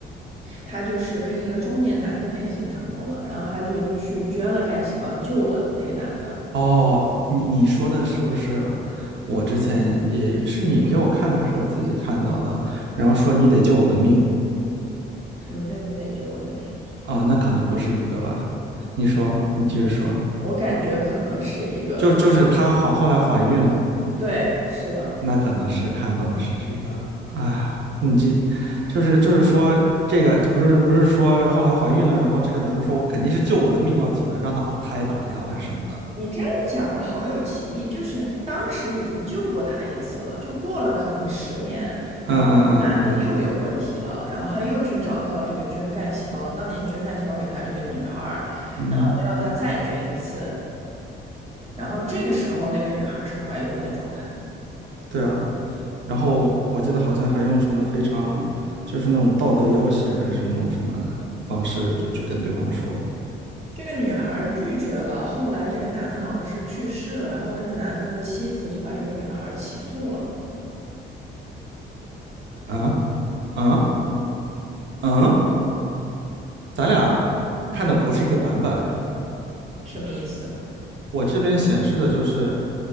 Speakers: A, on the right; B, on the right.
A: 她就是跟一个中年男的配型成功了，然后她就去捐了干细胞，救了那个男的。
B: 哦，你你说的是不是？我之前也是你给我看的，还是我自己看到的？然后说你得救我的命
A: 什么叫你得救我的命？
B: 啊、哦那可能不是一个吧？你说，你继续说，
A: 我感觉可能是一个了。
B: 就就是她怀后来怀孕了，
A: 对，是的，
B: 那可能是看到的是这个。哎呀，你这就是就是说这个不是不是说后来怀孕了，然后这个男的说我肯定是救我的命要紧啊，让他把胎打掉还是什么的。
A: 你这样讲的好有歧义，就是当时已经救过他一次了，就过了可能十年，然后这个男的又有问题了，
B: 嗯嗯嗯
A: 然后他又去找到了这个捐干细胞，当年捐干细胞给他这个女孩儿，
B: 嗯，
A: 然后就要她再捐一次，
B: 嗯
A: 然后这个时候那个女孩儿是怀孕的状态。
B: 对啊，然后我记得好像还用什么非常就是那种道德要挟，还是那种什么方式，就去跟对方说，
A: 这个女孩儿拒绝了，后来这个男的好像是去世了，然后这个男的的妻子就把这个女孩儿起诉了，
B: 啊啊啊，咱俩看的不是一个版本，原来。
A: 什么意思？
B: 我这边显示的就是